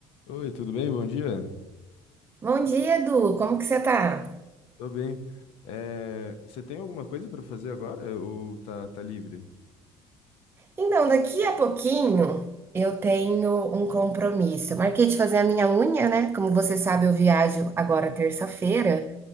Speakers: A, on the left; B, on the right.
A: Oi, tudo bem? Bom dia.
B: Bom dia, Edu. Como que você tá?
A: Tô bem. É, você tem alguma coisa pra fazer agora ou tá, tá livre?
B: Então, daqui a pouquinho eu tenho um compromisso. Eu marquei de fazer a minha unha, né? Como você sabe, eu viajo agora terça-feira